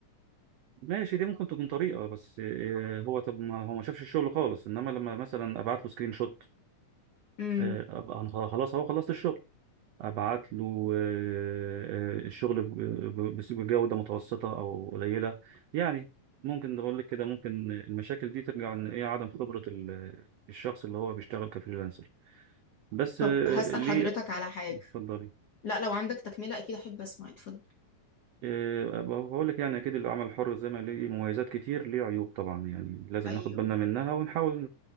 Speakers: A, on the right; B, on the left.
A: ماشي دي ممكن تكون طريقة بس آه، هو طب ما هو ما شافش الشغل خالص إنما لما مثلا أبعت له سكرين شوت
B: امم
A: آه، أبقى أنا خلاص أهو خلصت الشغل ابعت له آه، آه، الشغل ب- ب- بجودة متوسطة او قليلة يعني ممكن ده بقول لك كده ممكن المشاكل دي ترجع ان ايه عدم خبرة ال- الشخص اللي هو بيشتغل كفريلانسر بس
B: طب
A: آه،
B: هسأل
A: ليه
B: حضرتك على حاجة
A: اتفضلي
B: لا لو عندك تكملة اكيد احب اسمع اتفضل
A: آه، بقول لك يعني اكيد العمل الحر زي ما ليه مميزات كتير ليه عيوب طبعا يعني لازم
B: ايوه
A: ناخد بالنا منها ونحاول